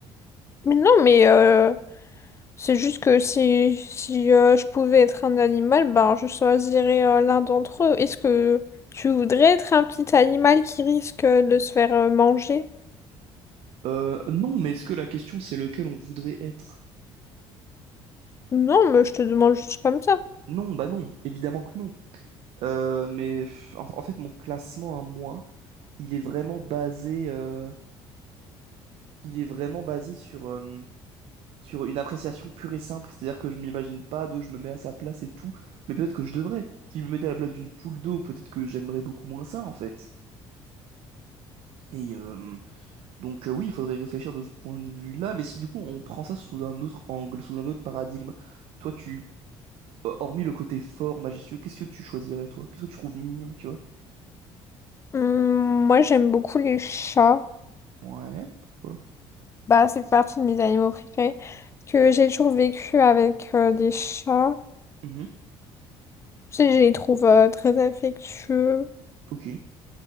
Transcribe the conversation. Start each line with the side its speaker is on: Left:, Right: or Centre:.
Left: Mais non, mais euh, c'est juste que si, si euh, je pouvais être un animal, bah, je choisirais euh, l'un d'entre eux. Est-ce que tu voudrais être un petit animal qui risque euh, de se faire euh, manger?
Right: Euh, non, mais est-ce que la question c'est lequel on voudrait être?
Left: Non, mais je te demande juste comme ça.
Right: Non, bah non, évidemment que non. Euh, mais pff, en, en fait, mon classement à moi, il est vraiment basé, euh, il est vraiment basé sur, euh, sur une appréciation pure et simple. C'est-à-dire que je m'imagine pas de, je me mets à sa place et tout. Mais peut-être que je devrais. Si je me mettais à la place d'une poule d'eau, peut-être que j'aimerais beaucoup moins ça, en fait. Et, euh, Donc euh, oui, il faudrait réfléchir de ce point de vue-là, mais si du coup on prend ça sous un autre angle, sous un autre paradigme, toi tu, euh, hormis le côté fort, majestueux, qu'est-ce que tu choisirais toi? Qu'est-ce que tu trouves mignon, tu vois?
Left: Hum, moi, j'aime beaucoup les chats.
Right: Ouais, pourquoi?
Left: Bah, c'est partie de mes animaux préférés. Que j'ai toujours vécu avec euh, des chats.
Right: Mhm,
Left: Tu sais, je les trouve euh, très affectueux,
Right: ok,